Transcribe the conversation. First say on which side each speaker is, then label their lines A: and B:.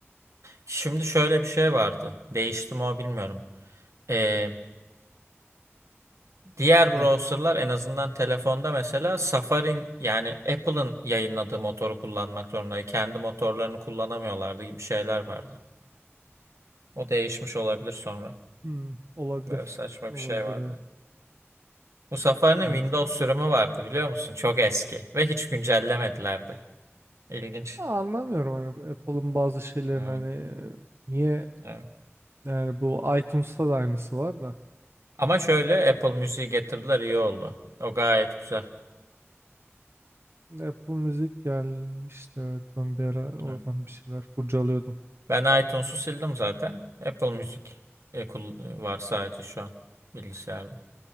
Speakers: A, on the right (about 85°); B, on the right (about 60°).
A: şimdi şöyle bir şey vardı. Değişti mi o bilmiyorum. Ee, diğer browserlar
B: Ne?
A: en azından telefonda mesela Safari'nin yani Apple'ın yayınladığı motoru kullanmak zorundaydı. Kendi motorlarını kullanamıyorlardı gibi şeyler vardı. O değişmiş olabilir sonra.
B: Hmm, olabilir.
A: Böyle saçma
B: Olabilir.
A: bir şey vardı.
B: ha.
A: Bu Safari'nin
B: Ya.
A: Windows sürümü vardı biliyor musun? Çok eski ve hiç güncellemedilerdi. İlginç.
B: Ha, Anlamıyorum hani Apple'ın bazı şeylerin
A: Evet,
B: hani e, niye
A: evet.
B: yani bu iTunes'ta da aynısı var da.
A: Ama şöyle Apple Müziği getirdiler iyi oldu. O gayet güzel.
B: Apple Müzik gelmişti evet ben bir ara oradan
A: Evet.
B: bir şeyler kurcalıyordum.
A: Ben iTunes'u sildim zaten. Apple Müzik e, kul- var sadece şu an bilgisayarda.